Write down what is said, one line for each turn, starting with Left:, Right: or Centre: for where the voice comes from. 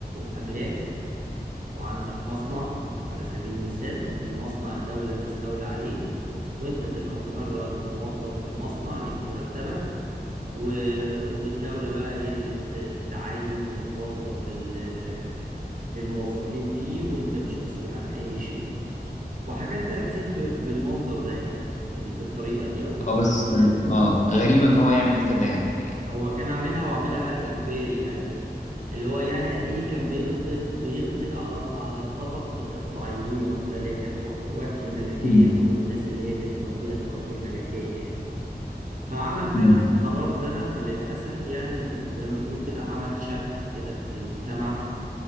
Right: أملاك وعندك مصنع على سبيل المثال المصنع الدولة تستولي عليه وانت تبقى مجرد موظف في المصنع ليك مرتبك و... والدولة بقى هي اللي ت- تعين وتوظف ال- الموظفين فيه وانت مش مسؤول عن اي شيء وحاجات بقى كتير ب- بالمنظر ده يعني بال- بالطريقة دي او بالاسلوب
Left: اه بس يعني
Right: ده
Left: اه غريب ان هو يعمل كده يعني
Right: هو كان عاملها وعاملها بقى اجباري يعني اللي هو يعني هنلاقيه كان بيقضي بيقضي على على طبقة الإقطاعيين وقتها اللي هي كانت وقت وقت الملكية
Left: مم.
Right: أو الناس اللي هي كانت موجودة في وقت الملكية يعني فعمل فعلا
Left: مم.
Right: القرار ده فللأسف يعني ز- زي ما بنقول كده عمل شرخ كده في المجتمع